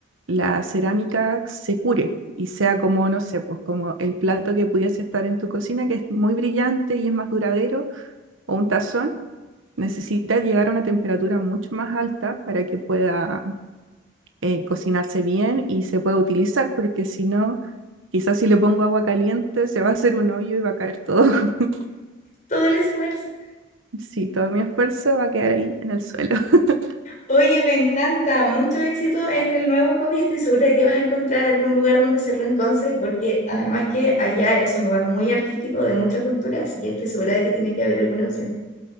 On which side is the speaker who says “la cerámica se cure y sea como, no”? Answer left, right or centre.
Right